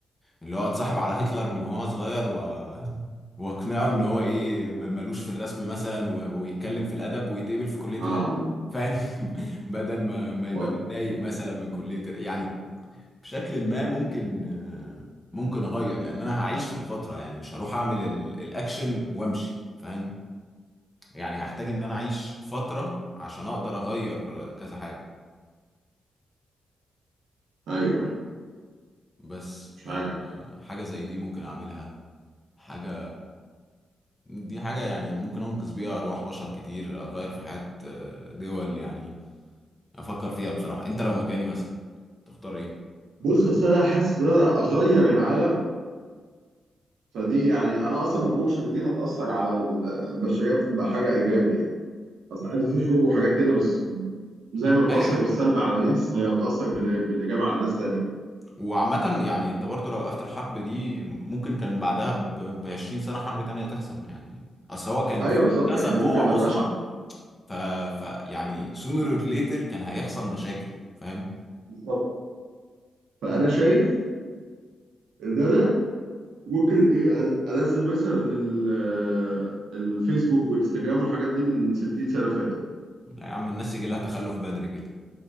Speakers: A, on the left; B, on the right.
A: اللي هو اتصاحب على هتلر من وهو صغير و واقنعه ان هو ايه م- ملوش في الرسم مثلا و- ويتكلم في الادب ويتقبل في كلية
B: اه
A: الادب
B: أمم،
A: فاهم <laughs> بدل ما ما يبقى
B: طيب.
A: متضايق مثلا من كلية يعني بشكل ما ممكن آه، ممكن اغير لان انا هعيش في الفتره يعني مش هروح اعمل ال- الاكشن وامشي فاهم يعني هحتاج ان انا اعيش فتره عشان اقدر اغير آه، كذا حاجه
B: ايوه أيوة.
A: بس
B: مش
A: فحاجه
B: عارف
A: زي دي ممكن اعملها حاجه دي حاجه يعني ممكن انقذ بيها ارواح بشر كتير اغير في حياه آه، دول يعني افكر فيها بصراحه انت لو مكاني مثلا تختار ايه
B: بص اصل انا حاسس ان انا اغير العالم فدي يعني انا اصلا ما اضمنش ان دي هتاثر على ال- البشريه بحاجه ايجابي يعني اصل عادي في حروب وحاجات كده بس زي ما بتاثر
A: ايوه
B: بالسلب على ناس هي بتاثر بال- بالايجاب على ناس تانية
A: وعامة يعني انت برضو لو وقفت الحرب دي ممكن كان بعدها ب 20 سنة حرب تانية تحصل يعني اصل هو كان
B: ايوه
A: في
B: بالظبط
A: كذا
B: يعني
A: قوة
B: ممكن
A: عظمى
B: ما تبقاش عم...
A: ف... ف يعني sooner or later كان هيحصل مشاكل فاهم
B: بالظبط فانا شايف ان انا ممكن ايه انزل مثلا ال- الفيسبوك وانستجرام والحاجات دي من 60 سنه فاتوا
A: لا يا عم الناس يجي لها تخلف بدري كده